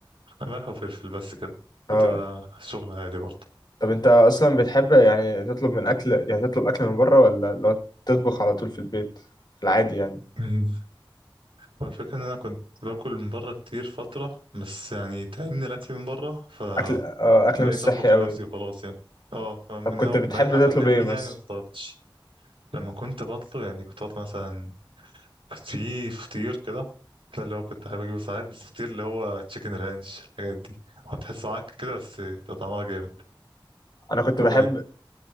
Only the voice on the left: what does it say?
اه
طب أنت أصلا بتحب يعني تطلب من أكل يعني تطلب أكل من بره ولا لو تطبخ على طول في البيت في العادي يعني
أكل اه أكل مش صحي
أوي
طب كنت
بتحب
تطلب
إيه مثلا؟
أنا كنت
بحب